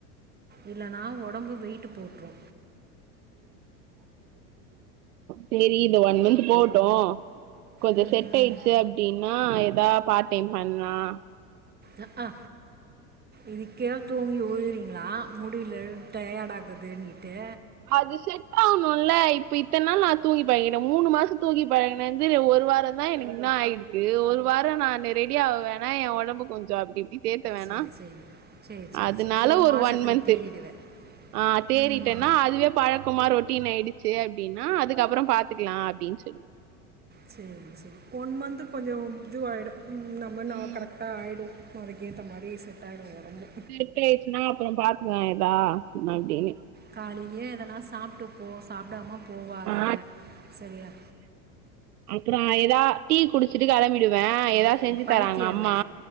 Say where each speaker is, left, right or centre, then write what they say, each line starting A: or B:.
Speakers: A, on the right; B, on the right.
A: இல்லனா ஒடம்பு வெயிட்டு போட்டுரு
B: சேரி இந்த ஒன் மந்த் போகட்டு கொஞ்சோ
A: ம்
B: செட்
A: ம்.
B: ஆயிடுச்சு அப்டின்னா ஏதா பார்ட் டைம் பண்ணலா
A: அக்ஹா இதுக்கே தூங்கி வுழுகிறீங்களா முடில டயர்ட் ஆகுதுன்னுட்டு
B: அது செட் ஆகணும்ல இப்ப இத்தன நாள் நா தூங்கி பழகிட்டே மூணு மாசம் தூங்கி பழகினது ஒரு வார எனக்கு இன்னு ஆயிருக்கு ஒரு வார நானு ரெடி ஆக வேணா ஏ ஒடம்பு கொஞ்சோ அப்டி இப்டி தேத்த வேணா
A: சரி சரி சரி சரி
B: அதுனால
A: சரி
B: ஒரு
A: மாசத்துல
B: ஒன் மன்த்து
A: தேறிடுவேன்
B: ஆ தேறிட்டேன்னா
A: ம்
B: அதுவே பழக்கமா ரொட்டீன் ஆயிடுச்சு அப்டின்னா அதுக்கப்றோ பாத்துக்கலா அப்படின்னு சொல்லி
A: சேரி சோரி ஒன் மந்த் கொஞ்சோ இது ஆயிடு நம்ம நா
B: ம்
A: கரெக்ட் ட்டா ஆயிடு அதுக்கேத்த மாரி செட் ஆயிடு ஒடம்பு
B: செட்டா ஆயிடுச்சுன்னா அப்றோ பாத்துக்கலா எதா அப்டின்னு
A: காலைலியே எதனா சாப்பிட்டு போ சாப்பிடாம போவாத
B: நா
A: செரியா
B: அப்றோ எதாவது டீ குடிச்சிட்டு கெளம்பிடுவே எதாவது
A: இது
B: செஞ்சு
A: பைத்தியமே
B: தராங்க அம்மா